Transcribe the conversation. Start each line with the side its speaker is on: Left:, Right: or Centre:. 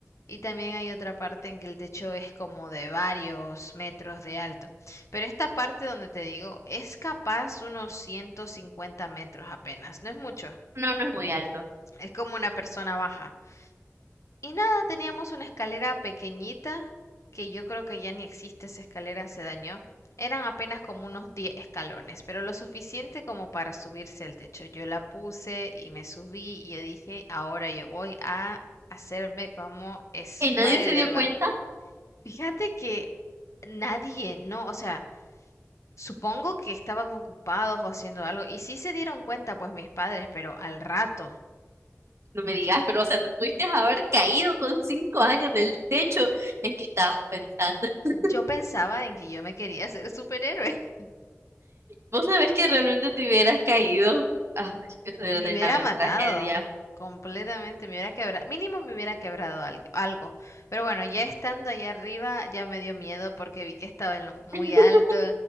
Left: Y también hay otra parte en que el techo es como de varios metros de alto. Pero esta parte donde te digo, es capaz unos 150 metros apenas, no es mucho.
Right: No, no es muy alto.
Left: Es como una persona baja. Y nada, teníamos una escalera pequeñita, que yo creo que ya ni existe esa escalera, se dañó. Eran apenas como unos 10 escalones, pero lo suficiente como para subirse al techo. Yo la puse y me subí y yo dije, ahora yo voy a hacerme como Spider-Man.
Right: ¿Y nadie se dio cuenta?
Left: Fíjate que nadie, no, o sea, supongo que estaban ocupados o haciendo algo y sí se dieron cuenta pues mis padres, pero al rato,
Right: No me digas, pero o sea, te pudiste haber caído con cinco años del techo en que estabas pensando. <laughs>
Left: Yo pensaba en que yo me quería ser superhéroe. <laughs>
Right: Vos sabés que realmente te hubieras caído. Ay, que se hubiera
Left: Me
Right: terminado
Left: hubiera matado
Right: en tragedia.
Left: completamente, me hubiera quebrado, mínimo me hubiera quebrado algo, algo. Pero bueno, ya estando allá arriba ya me dio miedo porque vi que estaba en lo muy
Right: <laughs>
Left: alto.